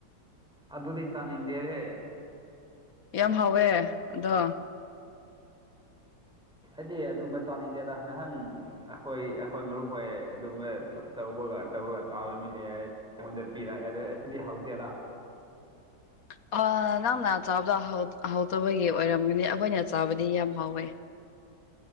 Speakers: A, in the centre; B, on the left.
A: ꯑꯗꯨꯗꯤ ꯆꯥꯅꯤꯡꯗꯦꯍꯦ
B: ꯌꯥꯝ ꯍꯥꯎꯋꯦ ꯑꯗꯣ
A: ꯑꯩꯗꯤ ꯑꯗꯨꯝꯕ ꯆꯥꯅꯤꯡꯗꯦꯗ ꯅꯍꯥꯟ ꯑꯩꯈꯣꯏ ꯑꯩꯈꯣꯏ ꯃꯔꯨꯞ ꯍꯣꯏ ꯑꯗꯨꯒꯨꯝꯕ ꯇꯧꯕꯒ ꯇꯧꯔꯒ ꯆꯥꯕ ꯃꯤ ꯂꯩ ꯍꯥꯢ ꯑꯩꯉꯣꯟꯗ ꯄꯤꯔꯛꯑꯦ ꯑꯗꯣ ꯑꯩꯗꯤ ꯍꯧꯇꯦꯗꯥ
B: ꯑ ꯅꯪꯅ ꯆꯥꯕꯗꯣ ꯍꯥꯎ ꯍꯥꯎꯇꯕꯒꯤ ꯑꯣꯏꯔꯝꯒꯅꯤ ꯑꯩꯈꯣꯏꯅ ꯆꯥꯕꯗꯤ ꯌꯥꯝ ꯍꯥꯎꯋꯦ